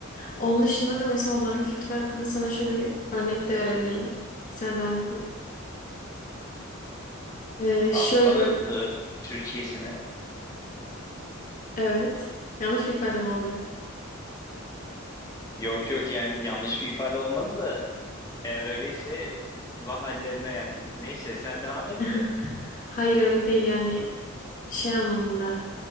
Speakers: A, on the left; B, on the left.
A: Onun dışında da mesela onların kültürü hakkında sana şöyle bir örnek de verebilirim. Sen devam etme. Ee,
B: Avrupa'nın
A: şöyle bir örne-
B: e, Türkiye'si mi?
A: Evet. Yanlış bir ifadem oldu.
B: Yok yok yani yanlış bir ifade olmadı da eğer öyleyse vah hallerine yani. Neyse sen devam et
A: <laughs>
B: de.
A: Hayır öyle değil yani şey anlamında.